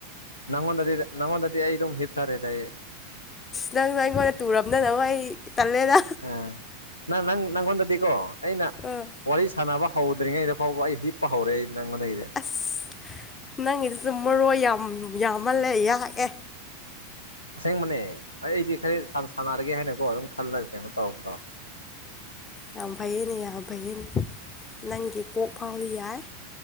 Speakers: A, on the left (about 85°); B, on the left (about 20°).
A: ꯅꯪꯉꯣꯟꯗꯗꯤ ꯅꯪꯉꯣꯟꯗꯗꯤ ꯑꯩ ꯑꯗꯨꯝ ꯍꯤꯞꯊꯔꯦꯗ ꯑꯩ
B: ꯅꯪꯅ ꯑꯩꯉꯣꯟꯗ ꯇꯨꯔꯝꯗꯅꯕ ꯑꯩ ꯇꯜꯂꯦꯗ
A: ꯑ ꯅ ꯅꯪ ꯅꯪꯣꯗꯗꯤꯀꯣ ꯑꯩꯅ
B: ꯑꯥ
A: ꯋꯥꯔꯤ ꯁꯥꯟꯅꯕ ꯍꯧꯗ꯭ꯔꯤꯉꯩꯗ ꯐꯥꯎꯕ ꯑꯩ ꯍꯤꯞꯄ ꯍꯧꯔꯦ ꯅꯪꯣꯟꯗꯒꯤꯗꯤ
B: ꯑꯁ ꯅꯪꯒꯤꯗꯨꯁꯨꯨꯝ ꯃꯔꯣꯏ ꯌꯥꯝ ꯌꯥꯝꯃꯜꯂꯦ ꯌꯥꯛꯑꯦ
A: ꯑꯁꯦꯡꯕꯅꯦ ꯑꯩ ꯑꯩꯗꯤ ꯈꯔ ꯁ ꯁꯥꯟꯅꯔꯒꯦ ꯍꯥꯏꯅꯀꯣ ꯑꯗꯨꯝ ꯈꯜꯂꯒ ꯀꯩꯅꯣ ꯇꯧꯔꯕꯗꯣ
B: ꯌꯥꯝ ꯐꯩꯌꯦꯅꯦ ꯌꯥꯝ ꯐꯩꯌꯦꯅꯦ ꯅꯪꯒꯤ ꯀꯣꯛ ꯐꯥꯎꯗꯤ ꯌꯥꯏ